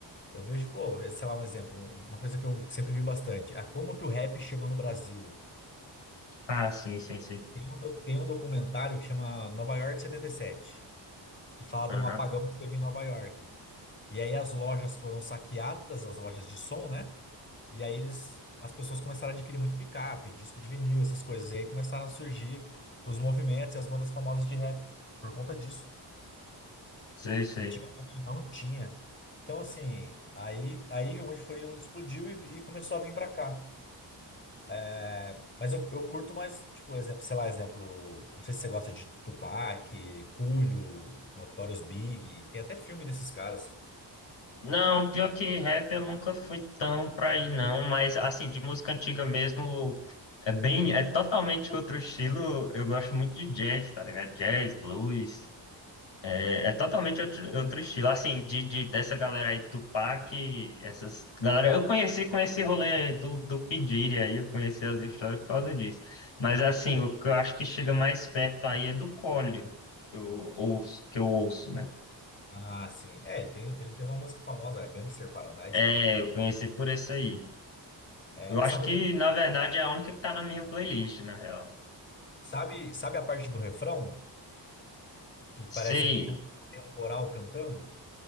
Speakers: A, on the left; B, on the left.
A: eu vejo, pô, é, sei lá, um exemplo, uma coisa que eu sempre vi bastante. Ah, como que o rap chegou no Brasil?
B: Ah, sim, sim, sim.
A: Tem um, do- tem um documentário que chama Nova York 77, que fala
B: Aham,
A: de um apagão que teve em Nova York. E aí as lojas foram saqueadas, as lojas de som, né? E aí eles, as pessoas começaram a adquirir muito picape, disco de vinil, essas coisas. E aí começaram a surgir os movimentos e as bandas famosas de rap por conta disso.
B: Sei, sei.
A: Antigamente não tinha. Então, assim, aí, aí onde foi onde explodiu e, e começou a vir pra cá. É, Mas eu, eu curto mais, tipo, exemplo, sei lá, exemplo, não sei se você gosta de Tupac, Coolio, Notorious Big, tem até filme desses caras.
B: Não, pior que rap eu nunca fui tão pra aí não, mas assim, de música antiga mesmo, é bem, é totalmente outro estilo. Eu gosto muito de jazz, tá ligado? Jazz, blues, é, é totalmente outro, outro estilo. Assim, de, de- dessa galera aí, Tupac, essas galera, eu conheci com esse rolê do, do P. Diddy aí, eu conheci as histórias por causa disso. Mas assim, o que eu acho que chega mais perto aí é do Collor, que eu ouço, que eu ouço, né?
A: Ah, sim. É, ele tem, ele tem uma música famosa, é Gangster Paradise,
B: É,
A: né?
B: eu conheci por esse aí.
A: É,
B: Eu
A: essa,
B: acho
A: mu-
B: que, na verdade, é a única que tá na minha playlist, na real.
A: Sabe, sabe a parte do refrão? Que parece
B: Sim,
A: um, tem um, tem um coral cantando?